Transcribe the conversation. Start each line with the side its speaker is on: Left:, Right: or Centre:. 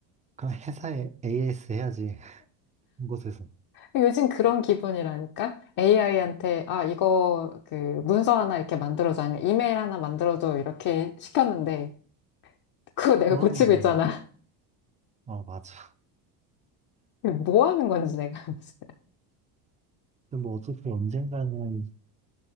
Right: 그럼 회사에 AS 해야지. <laughs> 한 곳에서.
Left: 요즘 그런 기분이라니까? AI한테, 아, 이거, 그, 문서 하나 이렇게 만들어줘. 아니면 이메일 하나 만들어줘. 이렇게 시켰는데, 그거 내가
Right: 그거는,
Left: 고치고 있잖아.
Right: 뭐, 어, 맞아.
Left: <laughs> 뭐 하는 건지 내가. 무슨.
Right: 근데 뭐 어차피 언젠가는